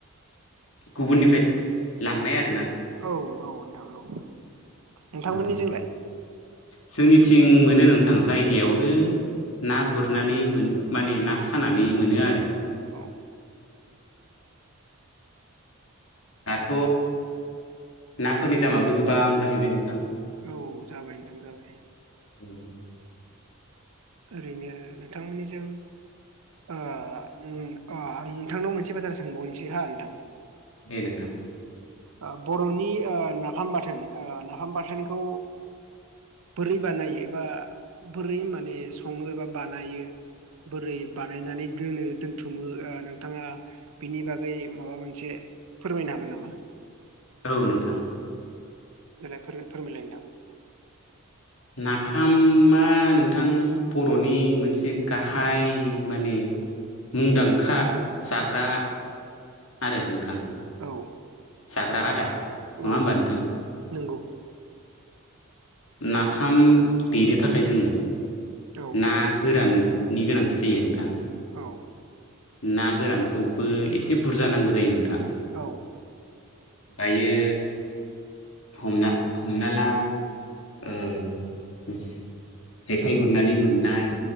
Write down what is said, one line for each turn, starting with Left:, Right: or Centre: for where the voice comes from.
Left: गुबुननिफ्राय लांनाय आर
Right: औ औ नोंथां औ नोंथांमोननिजोंलाय?
Left: औ जोंनि थिं मोनो नों थां जायगायावनो ना गुरनानै मोन माने ना सानानै मोनो आरो
Right: औ
Left: दाथ
Right: ओरैनो
Left: नाफोरनि दामाबो गोबां जाहैबाय नोंथां
Right: औ जाबाय नोंथां जाबाय
Left: औ
Right: ओरैनो नोंथांमोननिजों ओ उम ओ आं नोंथांनाव मोनसे बाजारा सोंबावनोसै हा नोंथां?
Left: दे नोंथां
Right: ओ बरनि ओ नाफाम बाथोन ओ नाफाम बाथोनखौ बोरै बानायो एबा बोरै माने सङो एबा बानायो बोरै बानायनानै दोनो दोनथुमो ओ नोंथाङा बिनि बागै माबा मोनसे फोरमायनो हागोन नामा?
Left: औ नोंथां
Right: देलाय फोर फोरमायलाय नोंथां
Left: नाफामा नोंथां बरनि मोनसे गाहाय माने मुंदांखा जाग्रा आरो नोंथां
Right: औ
Left: जाग्रा आदार नङा
Right: औ
Left: होमबा नोंथां
Right: नोंगौ
Left: नाफाम देनो थाखाय जोंनो
Right: औ
Left: ना गोरान नि गोनांथि जायो नोंथां
Right: औ
Left: ना गोरानखौबो एसे बुरजा नांगौ जायो नोंथां
Right: औ
Left: दायो हमना हमना ला ओ जेखाइ गुरनानै मोननाय